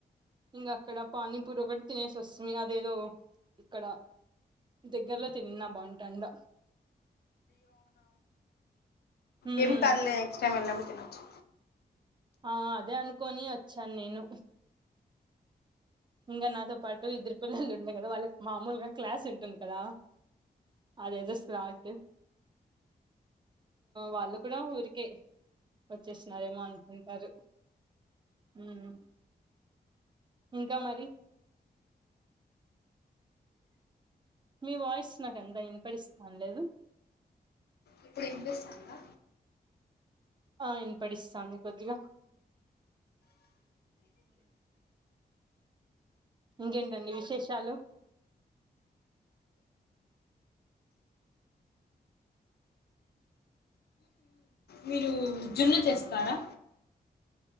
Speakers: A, on the right; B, on the left.
A: ఇంగ అక్కడ పానీపూరొకటి తినేసొస్మి అదేదో ఇక్కడ దగ్గరలో తిన్నా బాగుంటాండ ఉమ్
B: ఏమి కర్లే నెక్స్ట్ టైమ్ ఎల్లినప్పు తినొచ్చు
A: ఆ అదే అనుకోని వచ్చాను నేను ఇంగ నాతో పాటు ఇద్దరు పిల్లలు ఉండే కదా వాళ్ళకి మామూలుగా క్లాస్ ఉంటుంది కదా అదేదో స్లాట్ వాళ్ళు కూడా ఊరికే వచ్చేస్తున్నారేమో అనుకుంటారు మ్మ్ ఇంకా మరి మీ వాయిస్ నాకంత వినపడిస్తాను లేదు
B: ఇప్పుడు ఇన్పిస్తాందా
A: ఆ ఇన్పడిస్తాంది కొద్దిగా ఇంకేంటండి విశేషాలు
B: మీరు జున్ను చేస్తారా